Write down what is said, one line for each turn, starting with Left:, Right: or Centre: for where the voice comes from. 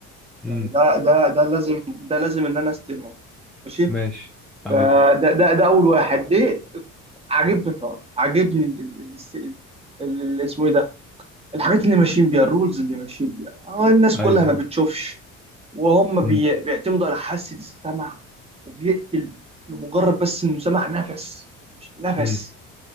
Right: يعني
Centre: امم
Right: ده ده ده لازم ده لازم ان انا استمعه ماشي
Centre: ماشي ايوه
Right: فده ده ده اول واحد ليه عاجبني الحوار عاجبني ال- ال- ال- ال- ال- اسمه ايه ده الحاجات اللي ماشيين بيها الرولز اللي ماشيين بيها هو الناس كلها
Centre: ايوه
Right: ما بتشوفش وهم بي...
Centre: امم
Right: بيعتمدوا على حاسة السمع وبيقتل لمجرد بس انه سمع نفس مش نفس
Centre: امم